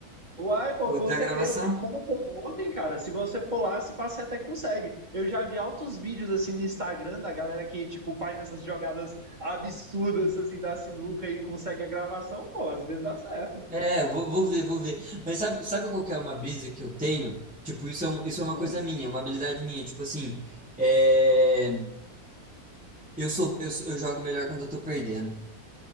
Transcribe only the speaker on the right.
Uai, pô,
com
certeza.
E como foi ontem, cara, se você for lá, se pá, você até consegue. Eu já vi altos vídeos assim no Instagram da galera que, tipo, faz essas jogadas absurdas assim da sinuca e consegue a gravação, pô, às vezes dá certo.
Hum.